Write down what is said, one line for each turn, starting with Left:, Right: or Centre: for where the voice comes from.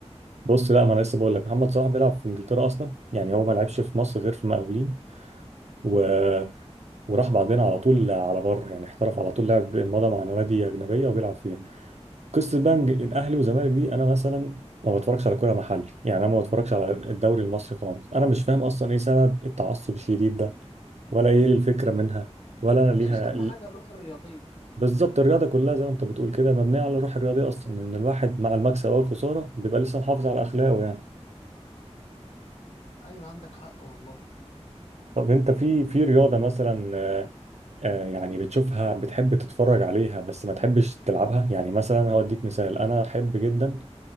Right: بص لا ما انا لسه بقول لك محمد صلاح بيلعب في انجلترا اصلا يعني هو ما لعبش في مصر غير في مقاولين و...
Left: مم.
Right: وراح بعدين على طول على بره يعني احترف على طول لعب مضى مع نوادي اجنبيه وبيلعب فيها قصه بقى إن الاهلي والزمالك دي انا مثلا ما بتفرجش على كوره محلي يعني انا ما بتفرجش على الدوري المصري خالص انا مش فاهم اصلا ايه سبب
Left: آه.
Right: التعصب الشديد ده ولا ايه الفكره منها ولا انا
Left: يعني
Right: ليها
Left: اهم حاجة الروح الرياضية
Right: بالظبط الرياضه كلها زي ما انت بتقول كده مبنيه على الروح الرياضيه اصلا ان الواحد مع المكسب او الخساره بيبقى لسه محافظ على اخلاقه يعني
Left: مم. ايوه عندك حق والله
Right: طب انت في في رياضه مثلا آه، آه، يعني بتشوفها بتحب تتفرج عليها بس ما تحبش تلعبها يعني مثلا هوديك مثال انا احب جدا